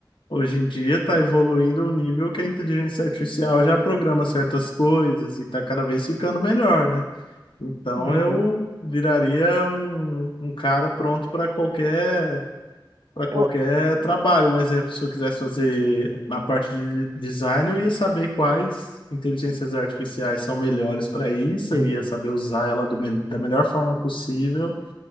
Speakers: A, on the left; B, on the right.
A: Hoje em dia está evoluindo ao nível que a inteligência artificial já programa certas coisas e está cada vez ficando melhor, né? Então
B: Uhum.
A: eu viraria um, um cara pronto para qualquer para qualquer
B: Eu...
A: trabalho. Um exemplo, se eu quisesse fazer na parte de design, eu ia saber quais inteligências artificiais são melhores para isso,
B: Uhum.
A: eu ia saber usar ela do mel- da melhor forma possível,